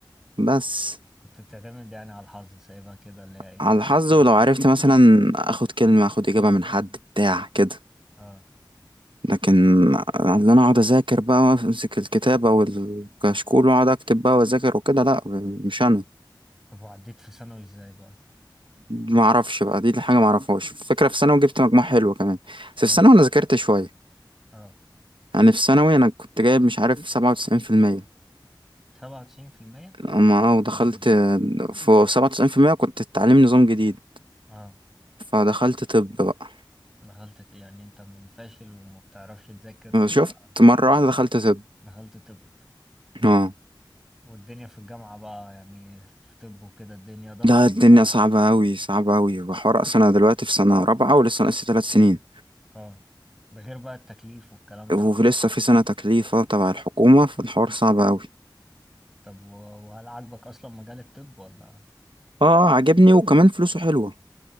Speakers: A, on the right (about 85°); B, in the centre.
A: بس
B: كنت بتعتمد يعني على الحظ سايبها كده اللي هي ايه
A: على
B: زي
A: الحظ
B: ما تيجي
A: ولو
B: تيجي
A: عرفت مثلا اخد كلمة اخد اجابة من حد بتاع كده
B: اه
A: لكن اللي انا اقعد اذاكر بقى وامسك الكتاب او الكشكول واقعد اكتب بقى واذاكر وكده لا مش انا
B: طب وعديت في ثانوي ازاي بقى
A: ما اعرفش بقى دي حاجه ما اعرفهاش فكره في ثانوي جبت مجموع حلو كمان
B: كمان
A: بس في ثانوي انا ذاكرت شويه
B: اه
A: يعني في ثانوي انا كنت جايب مش عارف 97%
B: سبعة وتسعين في المية
A: اما ودخلت
B: من
A: في 97% كنت التعليم نظام جديد
B: اه
A: فدخلت طب بقى
B: دخلت ت- يعني انت من فاشل وما بتعرفش تذاكر و-
A: شفت
B: آه،
A: مره
B: كده
A: واحده دخلت طب
B: دخلت طب
A: اه
B: والدنيا في الجامعة بقى يعني في طب وكده الدنيا ضغط
A: ده الدنيا
B: لا
A: صعبة أوي صعبة أوي وحوار أصلا أنا دلوقتي في سنة رابعة ولسه ناقصي تلات سنين
B: اه ده غير بقى التكليف والكلام
A: ولسه
B: ده
A: في سنة تكليفة تبع الحكومة فالحوار صعب أوي
B: طب و- وهل عاجبك اصلا مجال الطب ولا
A: اه عجبني وكمان فلوسه حلوة